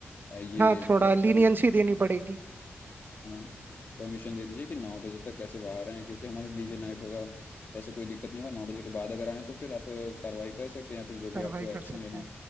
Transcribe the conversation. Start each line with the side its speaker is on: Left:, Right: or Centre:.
Left: अ, ये
Right: हाँ थोड़ा
Left: थोड़ा सा
Right: लीनियंसी
Left: परमिशन
Right: देनी पड़ेगी
Left: परमिशन दे दीजिए कि नौ बजे तक कैसे बाहर आए क्योंकि हमारा डीजे
Right: हम्म,
Left: नाइट होगा वैसे कोई दिक्कत नहीं होगा नौ बजे के बाद अगर आए तो फिर आप कार्रवाई कर सकते हैं या फिर जो भी
Right: कार्रवाई
Left: आपको
Right: कर
Left: एक्शन
Right: सकते
Left: लेना
Right: हैं
Left: है